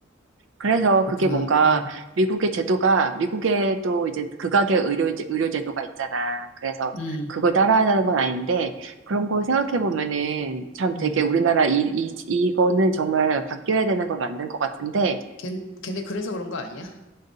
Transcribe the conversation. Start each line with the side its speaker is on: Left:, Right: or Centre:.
Right: 그래서
Left: 그렇구나
Right: 그게 뭔가
Left: 음,
Right: 미국의 제도가 미국에도 이제 극악의 의료 의료 제도가 있잖아. 그래서
Left: 음,
Right: 그걸 따라하자는 건 아닌데 그런 거 생각해 보면은 참 되게
Left: 음.
Right: 우리나라 이, 이 이거는 정말 바뀌어야 되는 건 맞는 것 같은데
Left: 걔 걔네 그래서 그런 거 아니야?